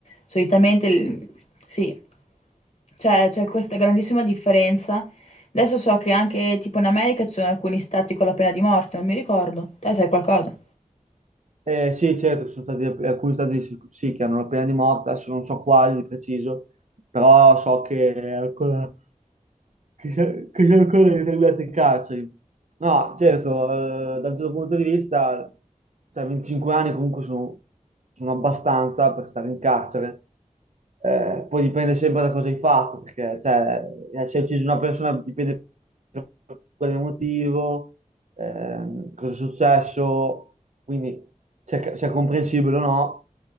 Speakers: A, on the left; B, on the right.
A: solitamente, il- sì. Cioè, c'è questa grandissima differenza. Adesso so che anche tipo in America ci sono alcuni stati con la pena di morte, non mi ricordo. Te sai qualcosa?
B: eh, sì, certo, ci sono stati alcuni stati sì, sì, che hanno la pena di morte, adesso non so quali di preciso, però so che è ancora, che c'è- che c'è ancora determinate carceri. No, certo, eh, da un certo punto di vista, cioè 25 anni comunque sono, sono abbastanza per stare in carcere. Eh, poi dipende sempre da cosa hai fatto, perché cioè, eh, se hai ucciso una persona dipende da quale motivo, ehm, cosa è successo, quindi se è se è comprensibile o no.